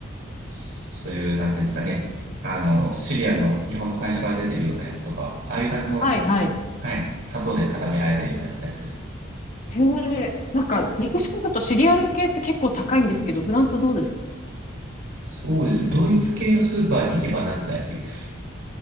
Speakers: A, on the right; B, on the left.
A: そういう、なんていうんですかね。あの、シリアルの日本の会社から出てるようなやつとか、ああいう感じの、
B: はい、はい。
A: はい、砂糖で固められてるようなやつです。
B: へえ、なんか、メキシコだとシリアル系って結構高いんですけど、フランスどうですか
A: そうですね。ドイツ系のスーパーに行けばなぜか安いです。